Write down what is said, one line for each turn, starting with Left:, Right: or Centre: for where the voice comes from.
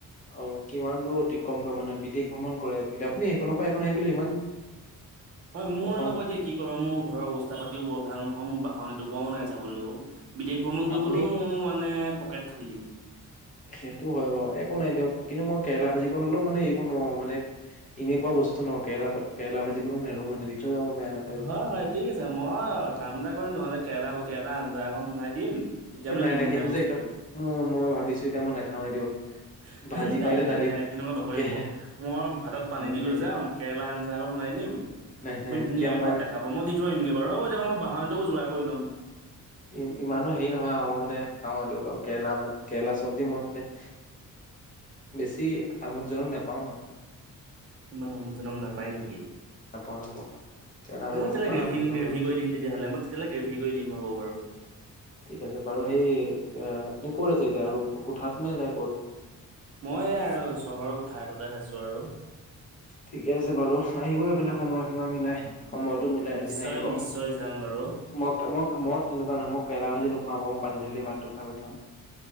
Left: অ' কিমান দূৰ অতিক্ৰম কৰে মানুহে বিদেশ ভ্ৰমণ কৰে আজিকালি আপুনি সেইকন পা সেইকন আহিবলে ইমান
Right: হয় মোৰ
Left: অসম
Right: আগতে কি <unintelligible> মোৰ ঘৰৰ অৱস্থা- পাতিও বৰ ভাল নহয়, মোৰ বাহন এটোকোৱাও নাই যাবলৈও। বিদেশ ভ্ৰমণ কৰিবলৈও
Left: আপুনি
Right: মোৰ মানে পকেট খালী।
Left: সেইটো হয় বাৰু একো নাই দিয়ক কিন্তু মই কেৰেলা ভাজিকণ হ'লেও মানে এৰি নোৱাৰোঁ মানে এনেকুৱা বস্তু ন, কেৰেলা <unintelligible> কেৰেলা ভাজি কোনো নেৰো মানে থৈ যাব বেয়া নাপায় যদি
Right: হয়, হয় ঠিক আছে মই কাম এটা কৰিম নহ'লে, কেৰেলা-কেৰেলা আঞ্জা একন বনাই দিম তেতিয়া
Left: এ,
Right: মানে
Left: নাই,
Right: নুগোন্ধাই
Left: নাই সেইটো
Right: বস্তুটো
Left: যে একদম মো মই ভাবিছোঁ এতিয়া মই নেখাওঁৱে দিয়ক।
Right: <unintelligible>
Left: ভাজি
Right: নাই,
Left: পাৰিলে
Right: নাই,
Left: দালিত
Right: নাই, সেনেকুৱা নকৰিব
Left: কে
Right: মই ভাতত পানী
Left: নাই
Right: দি
Left: নাই
Right: লৈ যাম কেৰেলা আঞ্জা আকো বনাই দিম।
Left: নাই
Right: আপুনি
Left: নাই
Right: ধুনীয়াকে
Left: তেতিয়া মই
Right: ভাত দা খাব, মই দি থৈ আহিম গে বাৰু হ'ব দিয়ক মই বাহন টোকো যোগাৰ কৰি ল'ম।
Left: ই, ইমানো হেৰি নহয় আৰু মই মানে নাখাওঁ আৰু দিয়ক আৰু কেৰেলা ভাত কেৰেলা চব্জি মই মানে বেছি আমোদজনক নেপাওঁ মই।
Right: ইমান আমুদজনক নাপায় নেকি?
Left: নাপাওঁ নাপাওঁ কেৰেলা
Right: একো
Left: ভাজিটো
Right: নাই তেলে
Left: ইমান
Right: গ্ৰেভি-গ্ৰেভি
Left: আমোদজনক নাপাওঁ
Right: কৰি দিম তেতিয়াহ'লে মই তেতিয়াহ'লে গ্ৰেভি কৰি দিম হ'ব বাৰু।
Left: ঠিক আছে বাৰু সেই এয়া আপুনি ক'ত আছে এতিয়া আৰু কোঠাত নে, নে ক'ত?
Right: মই এই আৰু চহৰৰ কোঠা এটাতে আছোঁ আৰু।
Left: ঠিকে আছে বাৰু আহিব এইফালে সময় সীমা মিলাই। সময়টো মিলাই
Right: নিশ্চয়
Left: একএদিন আহিব।
Right: নিশ্চয় যাম বাৰু
Left: মক <unintelligible> তেনেকুৱা নহয় মই কেৰেলা ভাজি নুখুৱাও বাৰো মই পানী ধালিয়ে ভাতটো খুৱাই পঠিয়াম।